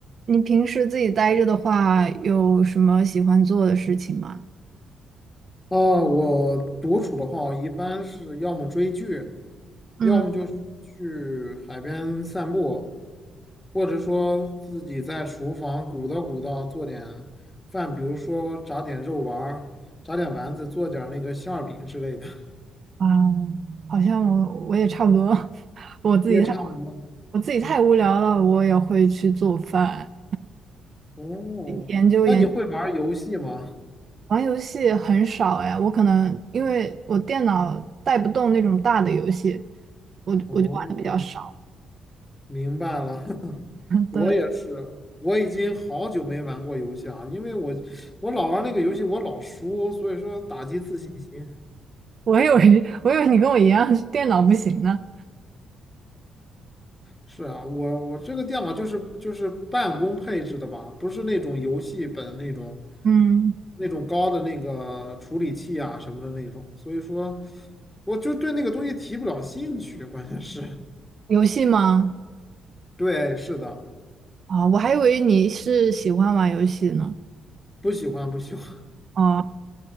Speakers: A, on the right; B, on the left.
A: 你平时自己待着的话，有什么喜欢做的事情吗？
B: 哦，我独处的话，我一般是要么追剧，
A: 嗯，
B: 要么就是去海边散步，或者说自己在厨房鼓捣鼓捣做点饭，比如说炸点肉丸儿，炸点丸子，做点儿那个馅儿饼之类的，<laughs>
A: 啊，好像我我也差不多，<laughs> 我自己太
B: 你也差不多呢
A: 我自己太无聊了，我也会去做饭，
B: 哦，
A: 研究研
B: 那你会玩儿游戏吗？
A: 玩游戏很少哎，我可能因为我电脑带不动那种大的游戏，我我就玩的比较少。
B: 哦，明白了，<laughs> 我也是，
A: 对，
B: 我已经好久没玩过游戏啊，因为我我老玩那个游戏，我老输，所以说打击自信心。
A: 我以为 <laughs> 我以为你跟我一样，<laughs> 电脑不行呢。
B: 是啊，我我这个电脑就是就是办公配置的吧，不是那种游戏本那种
A: 嗯，
B: 那种高的那个处理器啊什么的那种，所以说我就对那个东西提不了兴趣，关键是，
A: 游戏吗？
B: <laughs> 对，是的，
A: 啊，我还以为你是喜欢玩游戏呢。
B: 不喜欢不喜欢，<laughs>
A: 哦。